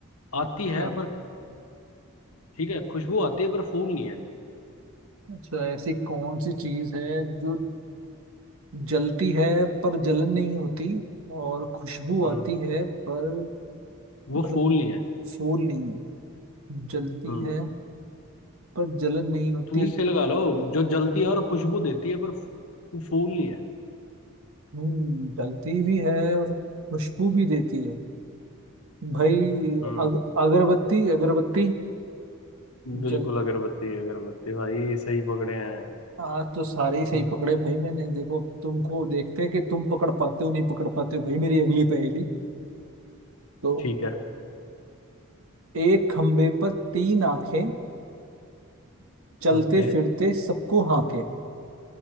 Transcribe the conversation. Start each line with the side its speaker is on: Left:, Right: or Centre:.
Left: आती
Right: अच्छा
Left: है पर ठीक है खुशबू आती है पर फूल नहीं है
Right: अच्छा ऐसी कौन सी चीज है जो जलती है पर जलन नहीं होती और खुशबू
Left: हम्म
Right: आती है पर
Left: वो
Right: मतलब
Left: फूल नहीं है
Right: फूल नहीं है जलती
Left: हम्म
Right: है पर जलन नहीं होती
Left: तुम इससे लगा लो जो जलती है और खुशबू देती है पर वो फूल नहीं है
Right: हम्म डलती भी है और खुशबू भी देती है भाई
Left: हम्म
Right: अग, अगरबत्ती अगरबत्ती
Left: बिल्कुल
Right: जल
Left: अगरबत्ती अगरबत्ती भाई सही पकड़े हैं
Right: आज तो सारे ही सही
Left: तुम
Right: पकड़े भाई मैंने देखो तुमको देखते हैं कि तुम पकड़ पाते हो नहीं पकड़ पाते हो भाई मेरी अगली पहेली तो
Left: ठीक है
Right: एक खंबे पर तीन आंखें चलते
Left: ओके
Right: फिरते सबको हाके